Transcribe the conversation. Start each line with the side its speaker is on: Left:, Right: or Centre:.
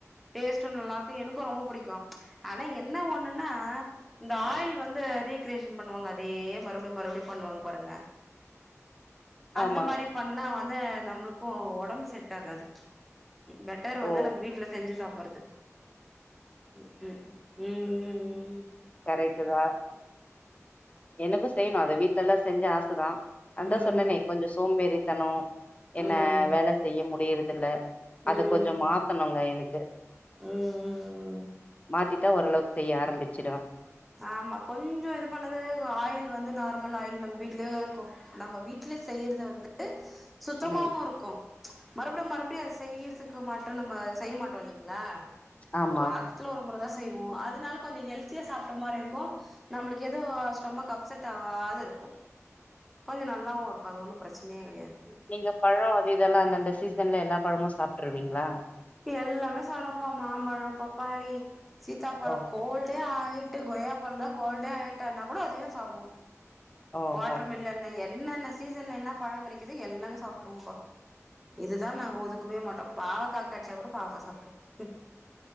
Centre: டேஸ்ட்டு நல்லாருக்கு எனக்கு ரொம்ப புடிக்கு ஆனா என்ன ஒண்ணுன்னா இந்த ஆயில் வந்து ரீக்ரியேஷன் பண்ணுவாங்க அதே மறுபடியு மறுபடியு பண்ணுவாங்க பாருங்க அந்த
Left: ஆமா
Centre: மாரி பண்ணா வந் அத நம்மளுக்கு ஒடம்பு செட் ஆகாது பெட்டர் வந்து
Left: ஓ
Centre: நம் வீட்டுல செஞ்சு சாப் வருது உ உம் உம் உம்
Left: கரைட்டுதா எனக்கு செய்யணு அத வீட்லலா செஞ்சு ஆசை ரா நா தா
Centre: ம்
Left: சொன்னேனே கொஞ்சு சோம்பேறின் தனும் என்ன
Centre: ம்
Left: வேல செய்ய முடியறதுல
Centre: ம்
Left: அத
Centre: ம்
Left: கொஞ்சோ மாத்தணுங்க எனக்கு
Centre: ம் ம்
Left: மாத்தி ஓரளவு செய்ய ஆரம்பிச்சுடுவேன்
Centre: ஆமா கொஞ்சோ இது பண்ணது ஆயில் வந்து நார்மலா ஆயில் நம்ம வீட்லயே இருக்கு நம்ம வீட்லயே செய்யறது வந்துட் சுத்தமாவும்
Left: ம்.
Centre: இருக்கும் மறுபடியும் மறுபடியும் செய்யறதுக்கு மாட்டும் நம்ம செய்ய மாட்டோம் இல்லலைங்களா
Left: ஆமா.
Centre: இப்ப வாக்கத்துல ஒரு முறை தான் செய்வோம் அதனால கொஞ்சம் ஹெல்த்யா ஸ் சாப்ட்ட மாரி இருக்கும் நம்மளுக்கு எதவும் ஸ்டொமக் அப்செட் ஆகாது இருக்கும் கொஞ்சம் நல்லாவும் இருக்கும் அது ஒண்ணும் பிரச்சனையே கிடையாது
Left: நீங்க பழம் அது இதெல்லாம் அந்தந்த சீசன்ல எல்லா பழமும் சாப்ட்டுருவீங்களா
Centre: எல்லாமே சாப்டம்ப்பா மாம்பழம் பப்பாளி சீத்தாப்பழம்
Left: ஓ.
Centre: கோல்டே ஆ நைட்டு கொயாப்ப கோல்டே ஆயிட்டனா கூட அதுவும் சாப்டுவோம்
Left: ஓஹோ!
Centre: வாடெர்மிலன் என் என்னென்ன சீசன்ல என்ன பழம் கிடைக்குது எல்லாமே சாப்பிட்ரூவோம்ப இதுதான் நாங்க ஒதுக்கவே மாட்டோம் பாவக்கா கடச்சா கூட பாவாக்கா சாப்ட்ரூவோம்